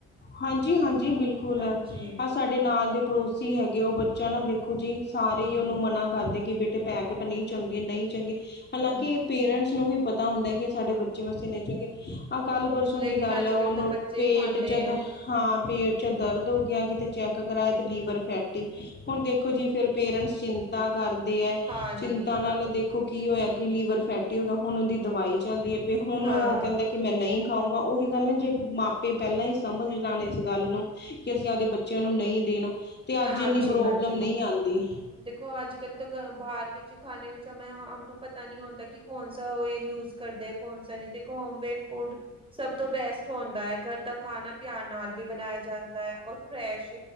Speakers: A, on the left; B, on the right.
A: ਹਾਂਜੀ-ਹਾਂਜੀ ਬਿਲਕੁਲ,
B: ਹਾਂਜੀ ਹਾਂਜੀ ਬਿਲਕੁਲ
A: ਆ ਸਾਡੇ ਨਾਲ ਦੇ ਪੜੋਸੀ ਹੈਗੇ, ਓਹ ਬੱਚਾ ਨਾ ਦੇਖ ਦੇਖੋ ਜੀ, ਸਾਰੇ ਹੀ ਓਹਨੂੰ ਮਨਾ ਕਰਦੇ ਆ, ਕਿ ਬੇਟੇ ਪੈਕਟ ਨਈ ਚੰਗੇ-ਨਈ ਚੰਗੇ ਹਲਾਂਕਿ
B: ਸਾਰੇ
A: ਪੇਰੈਂਟਸ ਨੂੰ ਵੀ ਪਤਾ ਹੁੰਦਾ, ਕਿ ਸਾਡੇ ਬੱਚੇ ਵਾਸਤੇ ਨਈ ਚੰਗੇ। ਆਹ ਕੱਲ੍ਹ ਪਰਸੋਂ
B: ਲੇਕਿਨ
A: ਦੀ ਗੱਲ
B: ਅੱਜ
A: ਐ, ਉਹਨੂੰ
B: ਕੱਲ੍ਹ ਤਾਂ ਬੱਚੇ
A: ਪੇਟ
B: ਹੀ ਖਾਂਦੇ
A: ਚ
B: ਹੈ
A: ਦ ਹਾਂ, ਪੇਟ ਚ ਦਰਦ ਹੋ ਗਿਆ, ਕਿਤੇ ਚੈਕ ਕਰਾਇਆ ਤੇ ਲੀਵਰ ਫੈ ਟੀ ਹੁਣ ਦੇਖੋ ਜੀ, ਫੇਰ ਪੇਰੈਂਟਸ ਚਿੰਤਾ ਕਰਦੇ ਐ,
B: ਹਾਂਜੀ।
A: ਚਿੰਤਾ ਨਾਲ ਦੇਖ ਦੇਖੋ ਕੀ ਹੋਇਆ ਕਿ ਲੀਵਰ ਫੈਟੀ ਹੋ ਗਿਆ, ਹੁਣ ਓਹਦੀ ਦਵਾਈ ਚਲਦੀ ਏ, ਹੁਣ
B: ਹਾਂ।
A: ਓਹ ਕਹਿੰਦੇ ਕਿ ਮੈਂ ਨਈ ਖਾਊਂਗਾ, ਓਹੀ ਗੱਲ ਨਾ ਜੇ ਮਾਪੇ ਪਹਿਲਾਂ ਈ ਸਮਝ ਲੈਣ ਇਸ ਗੱਲ ਨੂੰ, ਕਿ ਅਸੀਂ ਆਪਦੇ ਬੱਚਿਆਂ ਨੂੰ ਨਈ ਦੇਣਾ। ਤੇ ਅੱਜ
B: ਹਾਂਜੀ-ਹਾਂਜੀ।
A: ਏਨੀ ਪ੍ਰੋਬਲਮ ਨਈ ਆਂਦੀ।
B: ਦੇਖੋ ਅੱਜ- ਕੱਲ੍ਹ ਤੋ ਬਾਹਰ ਵਿਚ ਖਾਣੇ ਵਿਚ ਹਮੇ, ਹਮਨੂੰ ਪਤਾ ਨੀ ਹੋਂਦਾ, ਕਿ ਕੌਨਸਾ ਓਏਲ ਯੂਜ਼ ਕਰਦੇ ਆ ਕੌਣਸਾ ਨੀ, ਤੇ ਹੋਮ ਮੇਡ ਫੂਡ ਸਭ ਤੋਂ ਬੈਸਟ ਹੁੰਦਾ ਐ ਘਰ ਦਾ ਖਾਣਾ। ਧਿਆਨ ਨਾਲ ਵੀ ਬਣਾਇਆ ਜਾਂਦਾ ਐ, ਔਰ ਫਰੈਸ਼